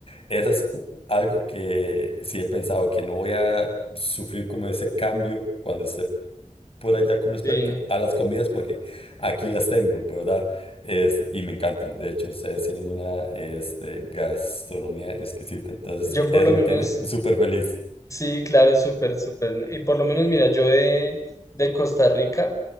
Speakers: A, on the left (about 50°); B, on the left (about 25°).
A: eso es u- algo que sí he pensado, que no voy a sufrir como ese cambio cuando esté por allá con respecto
B: Sí.
A: a las comidas, porque aquí las tengo, ¿verdad? Este, y me encantan. De hecho, ustedes tienen una este, gastronomía exquisita, entonces
B: Yo
A: eso
B: por lo menos
A: me tiene súper feliz.
B: Sí, claro, súper, súper. Y por lo menos, mira, yo de, de Costa Rica